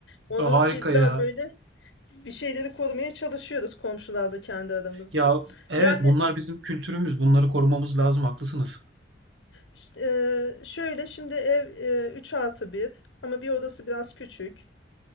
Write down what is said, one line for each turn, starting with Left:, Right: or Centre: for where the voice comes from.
Left: Onu
Right: E, Harika
Left: bir biraz
Right: ya.
Left: böyle bir şeyleri korumaya çalışıyoruz komşularla kendi aramızda.
Right: Ya evet
Left: Yani
Right: bunlar bizim kültürümüz. Bunları korumamız lazım. Haklısınız.
Left: Ş- eee, şöyle şimdi ev eee, üç artı bir ama bir odası biraz küçük.